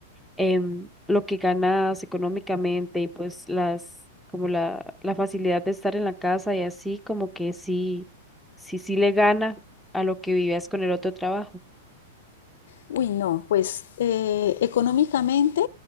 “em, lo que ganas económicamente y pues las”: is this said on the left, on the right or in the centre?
Centre